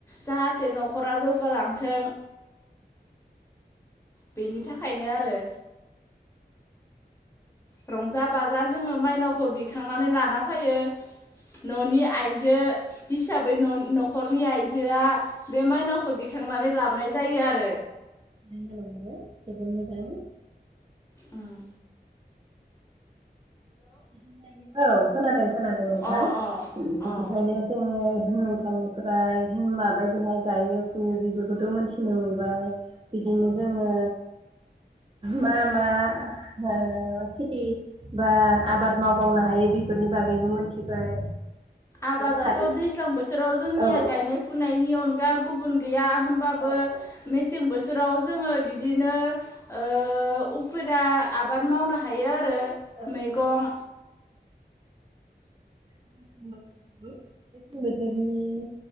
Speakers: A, on the left; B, on the right.
A: जाहाथे न'खरा जौगालांथों बेनि थाखायनो आरो। रंजा बाजा जोङो मायनावखौ दैखांनानै लाना फायो। न'नि आइजो हिसाबै न' न'खर नि आइजोआ बे माइनावखौ दिखांनानै लाब नाय जायो आरो।
B: थारैनो नंगौ जोबोद मोजां।
A: ओं।
B: बिदिखायनो औ। खोनादों। खोनादों नोंथां
A: अ अ
B: बिदिहायनो
A: अ
B: जोंङो नोंथांनिफ्राय माबायदि बेहाय गायो फुयो बेफोरखौथ मोनथिनो मोनबाय बिदिनो जोंङो मा मा ओ खेथि बा आबाद मावबावनो हायो बेफोरनि बागैबो मोनथिबाय
A: आबादाथ
B: थारै
A: दैज्लां बोथोराव जोंनिया
B: औ
A: गायनाय फुनायनि अनगा गुबुन गैया होमबाबो
B: औ औ
A: मेसें बो बोथोराव जोंङो बिदिनो ओ उफेरा आबाद मावनो हायो आरो
B: औ थारैनो
A: मैगं
B: <unintelligible> बेसेंम बोथोरनि